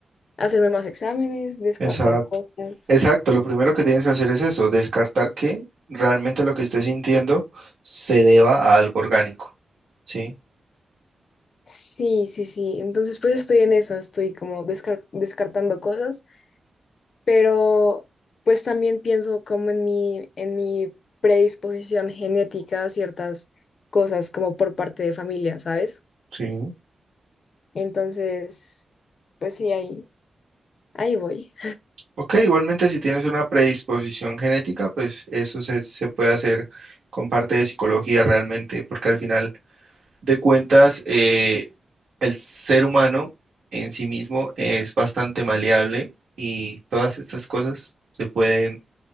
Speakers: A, on the left; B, on the right.
A: hacerme más exámenes, descartar
B: exacto.
A: cosas.
B: Exacto, lo primero que tienes que hacer es eso, descartar que realmente lo que estés sintiendo se deba a algo orgánico. Sí,
A: Sí, sí, sí. Entonces, pues estoy en eso, estoy como descar- descartando cosas, pero pues también pienso como en mi, en mi predisposición genética a ciertas cosas, como por parte de familia, ¿sabes?
B: sí.
A: Entonces, pues sí, ahí, ahí voy.
B: Ok, igualmente si tienes una predisposición genética, pues eso se, se puede hacer con parte de psicología realmente, porque al final de cuentas eh, el ser humano en sí mismo es bastante maleable y todas estas cosas se pueden